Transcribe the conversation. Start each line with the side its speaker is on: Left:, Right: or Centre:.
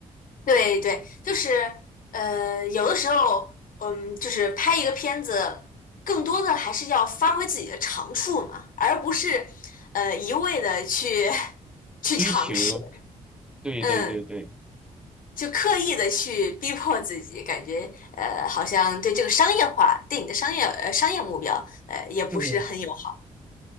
Left: 对对，就是呃，有的时候，嗯，就是拍一个片子，更多的还是要发挥自己的长处嘛，而不是呃一味的去 <laughs> 去尝试，
Centre: 追求，对对对对，
Left: 嗯，就刻意的去逼迫自己，感觉呃好像对这个商业化对你的商业呃商业目标呃也不是很友好。
Centre: 嗯。